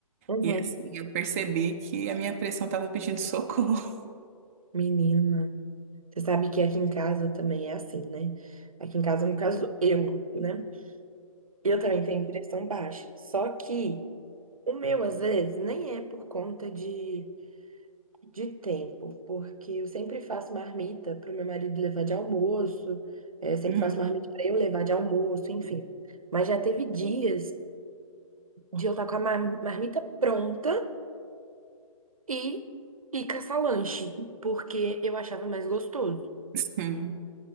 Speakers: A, on the right; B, on the right.
A: Uhum.
B: E assim, eu percebi que a minha pressão tava pedindo <laughs> socorro.
A: Menina. Você sabe que aqui em casa também é assim, né? Aqui em casa, no caso, eu, né? Eu também tenho pressão baixa. Só que o meu, às vezes, nem é por conta de, de tempo, porque eu sempre faço marmita para o meu marido levar de almoço, eh, sempre
B: Uhum.
A: faço marmita para eu levar de almoço, enfim. Mas já teve dias de eu estar com a mar- marmita pronta. E, e caçar lanche porque eu achava mais gostoso.
B: Sim.